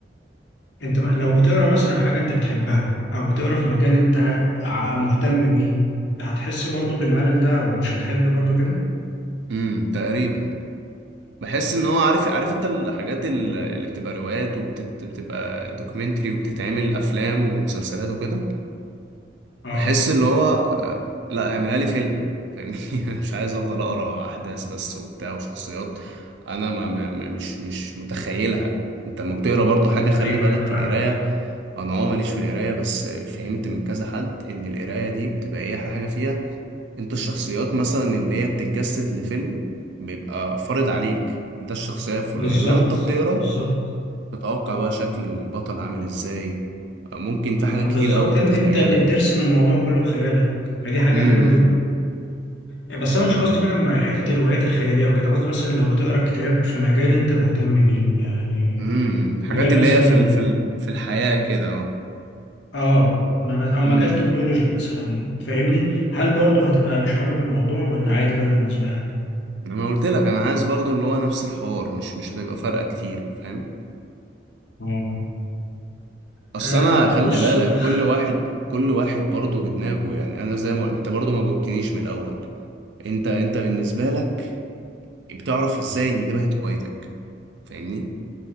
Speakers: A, on the left; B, on the right.
A: انت م- لو بتقرا مثلا حاجه انت بتحبها او بتقرا في مجال انت ع- مهتم بيه هتحس برضو بالملل ده او مش هتحب برضو كده
B: امم تقريبا بحس ان هو عارف عارف انت الحاجات ال- اللي بتبقى روايات وبتبقى دوكيومنتري وبتتعمل افلام ومسلسلات وكده
A: اه
B: بحس ان هو آه، لا اعملها لي فيلم فاهمني <laughs> مش عايز افضل اقرا احداث بس وبتاع وشخصيات انا ما ما ما- مش مش متخيلها انت لما بتقرا برضه حاجه خلي
A: ايوه
B: بالك
A: ايوه فاهمك
B: القرايه انا اه ماليش في القرايه بس فهمت من كذا حد ان القرايه دي بتبقى ايه احلى حاجه فيها انت الشخصيات مثلا اللي هي بتتجسد لفيلم بيبقى فارض عليك ده الشخصية الفلانية
A: بالظبط
B: انما انت بتقرا
A: بالظبط
B: تتوقع بقى شكل البطل عامل ازاي ممكن في حاجات
A: بالظبط
B: كتير قوي تتخيلها
A: انت انت اللي بترسم الموضوع كله بخيالك فدي حاجه
B: امم
A: حلوه جدا بس انا
B: بالظبط
A: مش قصدي بقى مع حته الروايات الخياليه وكده قصدي مثلا لو بتقرا كتاب في مجال انت مهتم بيه يعني
B: امم حاجات
A: مجال
B: اللي
A: مثلا
B: هي في ال... في ال... في الحياة كده اه
A: اه ما- او مجال
B: امم
A: تكنولوجي مثلا تفهمني هل برضو هتبقى مش حابب الموضوع ولا عادي بقى بالنسبه لك
B: انا قلت لك انا عايز برضو اللي هو نفس الحوار مش مش هتبقى فارقة كتير فاهم
A: اه
B: اصل
A: آه،
B: انا خلي
A: بص
B: بالك
A: <laughs>
B: كل واحد كل واحد برضو بدماغه يعني انا زي ما انت برضو ما جاوبتنيش من الاول انت انت بالنسبه لك بتعرف ازاي ان دي بقت هوايتك فاهمني